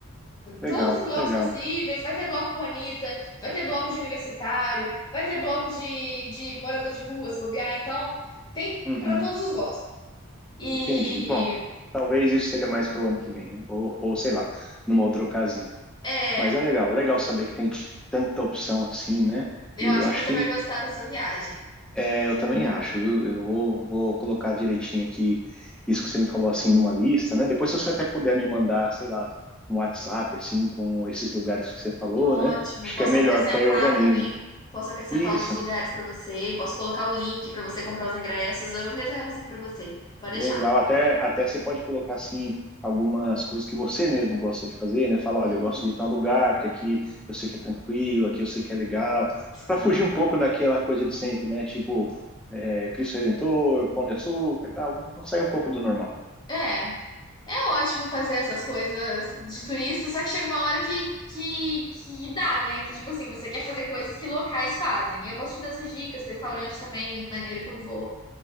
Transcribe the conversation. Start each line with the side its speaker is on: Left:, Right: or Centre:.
Centre: Legal,
Left: Todos os blocos
Centre: legal.
Left: possíveis. Vai ter bloco Juanita, vai ter bloco de universitário, vai ter bloco de, de morador de rua, se bobear. Então, tem
Centre: Uhum,
Left: para todos os gostos. E
Centre: entendi. Bom, talvez isso seja mais pro ano que vem, né? Ou, ou sei lá, numa outra ocasião.
Left: é,
Centre: Mas é legal, legal saber que tem tanta opção assim, né?
Left: eu
Centre: E
Left: acho
Centre: eu
Left: que
Centre: acho
Left: você
Centre: que
Left: vai gostar da sua viagem.
Centre: É, eu também acho, viu? Eu vou, vou colocar direitinho aqui isso que você me falou assim numa lista, né? Depois, se você até puder me mandar, sei lá, um WhatsApp assim com esses lugares que você falou,
Left: Ótimo.
Centre: né? Acho
Left: Posso
Centre: que é melhor,
Left: acrescentar
Centre: porque aí eu organizo.
Left: também. Posso acrescentar
Centre: Isso,
Left: outros lugares para você. Posso colocar o link para você comprar os ingressos. Eu reservo sim para você. Pode deixar.
Centre: legal. Até, até você pode colocar assim algumas coisas que você mesmo gosta de fazer, né? Falar,
Left: Uhum,
Centre: olha, eu gosto de tal lugar, porque aqui eu sei que é tranquilo, aqui eu sei que é legal,
Left: sim.
Centre: para fugir um pouco daquela coisa de sempre, né? Tipo, é, Cristo Redentor, Pão de Açúcar, e tal, Vamos sair um pouco do normal.
Left: É, é ótimo fazer essas coisas de turista, só que chega uma hora que, que, que dá, né? Que, tipo assim, você quer fazer coisas que locais fazem. Eu posso te dar essas dicas, restaurante também, maneira que eu vou.